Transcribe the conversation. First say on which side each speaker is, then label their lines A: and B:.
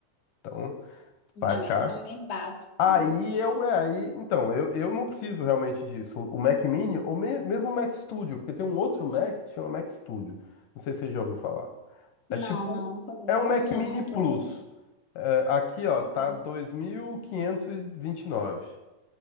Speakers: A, on the left; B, on the left.
A: Então,
B: Ainda
A: vai ficar.
B: bem que eu não me bato
A: Aí
B: com isso.
A: eu, é, aí, então, eu, eu não preciso realmente disso. O Mac Mini, ou me- mesmo o Mac Studio, porque tem um outro Mac que chama Mac Studio. Não sei se você já ouviu falar. É
B: Não,
A: tipo,
B: não, nunca vi.
A: é um Mac
B: Não sou
A: Mini
B: muito.
A: Plus. É, aqui, ó,
B: <laughs>
A: tá dois mil quinhentos e e vinte e nove